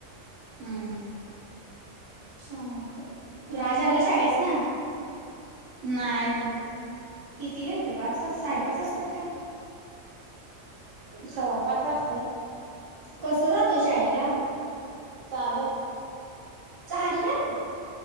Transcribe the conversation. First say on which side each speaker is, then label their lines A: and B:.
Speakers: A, on the right; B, on the right.
A: हम्म
B: चालतंय राज आला शाळेसन
A: नाही अजून
B: कितीला येतोय पाच वाज साडेपाच वाजतात काय
A: सव्वा पाच वाजतात
B: कसं जातोय शाळेला
A: चालत
B: चालत